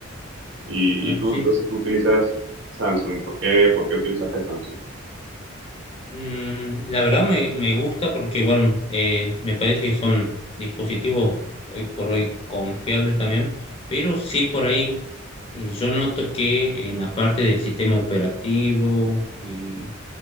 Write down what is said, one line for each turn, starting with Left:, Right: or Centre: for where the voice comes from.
Right: Y,
Left: Ah,
Right: y tú,
Left: Sí,
Right: entonces tú utilizas Samsung. ¿Por qué, por qué utilizaste Samsung?
Left: Mm, la verdad me, me gusta porque, bueno, eh, me parece que son dispositivos hoy por hoy confiables también, pero sí por ahí eh, yo noto que en la parte del sistema operativo y